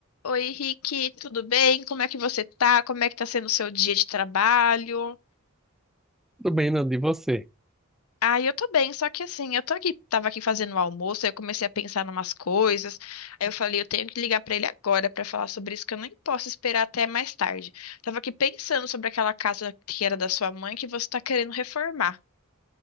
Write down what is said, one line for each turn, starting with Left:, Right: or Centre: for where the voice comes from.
Left: Oi, Henrique, tudo bem? Como é que você tá? Como é que tá sendo o seu dia de trabalho?
Centre: Tudo bem, Nando, e você?
Left: Ah, eu tô bem, só que assim, eu tô aqui, tava aqui fazendo o almoço, aí eu comecei a pensar em umas coisas. Aí eu falei, eu tenho que ligar pra ele agora pra falar sobre isso, que eu nem posso esperar até mais tarde. Tava aqui pensando sobre aquela casa que era da sua mãe que você tá querendo reformar.